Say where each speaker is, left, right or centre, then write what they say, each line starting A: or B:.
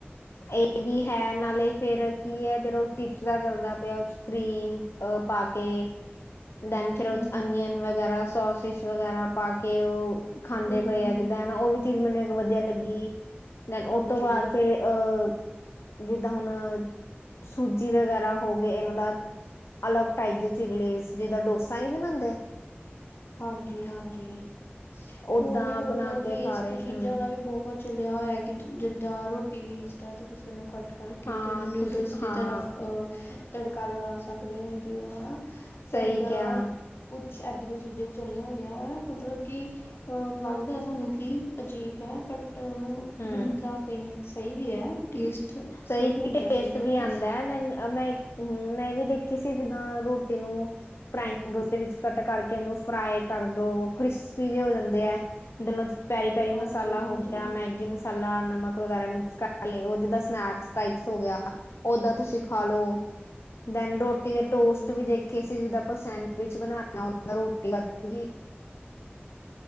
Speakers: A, on the left; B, on the left.
A: ਇਹ ਵੀ
B: ਤੇ
A: ਹੈ ਨਾਲੇ ਫੇਰ ਕੀ ਐ ਜਦੋਂ ਚਿਪਸ ਦਾ ਚੱਲਦਾ ਪਿਆ, ਉਹ 'ਚ ਕਰੀਮ ਅ ਪਾ ਕੇ ਰੇਚ, ਰੋਜ
B: ਹੂੰ
A: ਅਨੀਅਨ ਵਗੈਰਾ, ਸੋਸਿਸ ਵਗੈਰਾ ਪਾ ਕੇ ਉਹ ਖਾਂਦੇ
B: ਹੂੰ
A: ਪਏ ਆ ਜਿੱਦਾਂ ਉਹ ਵੀ ਚੀਜ਼ ਮੈਨੂੰ ਇੱਕ ਵਧੀਆ ਲੱਗੀ, ਦੈਨ
B: ਹਾਂਜੀ
A: ਉਹ ਤੋਂ ਬਾਅਦ ਫੇਰ ਅਹ ਜਿੱਦਾਂ ਹੁਣ ਸੂਜੀ ਵਗੈਰਾ ਹੋ ਗਏ ਇਹਨਾਂ ਦਾ ਅਲੱਗ ਟਾਈਪ ਦੇ ਚਿੱਲੇਜ਼, ਜਿੱਦਾਂ ਡੋਸਾ ਨੀ ਬਣਾਂਦੇ।
B: ਹਾਂਜੀ, ਹਾਂਜੀ
A: ਓਦਾਂ
B: ਹੋਰ ਵੀ ਬਹੁਤ
A: ਬਣਾ ਕੇ
B: ਵੇਸਟ
A: ਖਾ ਰਹੇ
B: ਚੀਜ਼ਾਂ
A: ਹਮ
B: ਦਾ ਵੀ ਬਹੁਤ ਚੱਲਿਆ ਹੋਇਆ ਕਿ ਜਿੱਦਾਂ ਰੋਟੀ ਵੇਸਟ ਐ ਤਾਂ ਤੁਸੀਂ ਇਹਨੂੰ ਕੱਟ ਕਰਕੇ,
A: ਹਾਂ
B: ਤੇ ਉਹਨੂੰ ਨਿਊਡਲਸ
A: ਤੁਸੀਂ
B: ਦੀ
A: ਹਾਂ
B: ਤਰ੍ਹਾਂ ਅਹ ਤੜਕਾ ਲਗਾ ਸਕਦੇ ਹੈਗੇ ਔ ਹਨਾ। ਤੇ
A: ਸਹੀ
B: ਏਦਾਂ
A: ਕਿਹਾ
B: ਕੁੱਛ ਏਦਾਂ ਦੀਆਂ ਚੀਜ਼ਾਂ ਵੀ ਚੱਲੀਆਂ ਹੋਈਆਂ, ਮਤਲਬ ਕੀ ਅਹ ਲੱਗਦਾ ਸਾਨੂੰ ਕੀ ਅਜੀਬ ਐ, ਬਟ
A: ਹਮ
B: ਹੁੰਦਾ ਕਈ ਸਹੀ ਵੀ ਐ ਟੇਸਟ
A: ਸਹੀ
B: ਵੀ ਹੁੰਦਾ
A: <unintelligible> ਟੇਸਟ
B: ਕਈਆਂ
A: ਵੀ
B: ਦਾ
A: ਆਂਦਾ ਮੈਂ ਹਮ ਮੈਂ <unintelligible> ਵੀ ਦੇਖੀ ਸੀ, ਜਿੱਦਾਂ ਰੋਟੀ ਨੂੰ ਟ੍ਰਾਈਐਗਲਸ ਦੇ ਵਿੱਚ ਕੱਟ ਕਰਕੇ ਇਹਨੂੰ ਫਰਾਈ ਕਰਦੋ, ਕ੍ਰਿਸਪੀ ਜੇ ਹੋ ਜਾਂਦੇ ਐ। ਦੈਨ ਉਹ 'ਚ ਪੈਰੀ ਪੈਰੀ ਮਸਾਲਾ
B: ਹਾਂਜੀ ਹਾਂਜੀ
A: ਹੋ ਗਿਆ, ਮੈਗੀ ਮਸਾਲਾ ਨਮਕ ਵਗੈਰਾ ਮਿਕਸ ਕਰਕੇ ਉਹ ਜਿੱਦਾਂ ਸਨੈਕਸ ਟਾਈਪਸ ਹੋ ਗਿਆ, ਓਦਾਂ ਤੁਸੀਂ ਖਾਲੋ, ਦੈਨ ਰੋਟੀ ਦੇ
B: ਹਾਂਜੀ
A: ਟੋਸਟ ਵੀ ਦੇਖ ਖੇ ਸੀ ਜਿੱਦਾਂ ਆਪਾਂ ਸੈਂਡਵਿਚ ਬਣਾਣਾ ਓਦਾ ਰੋਟੀ ਬਚ ਗੀ।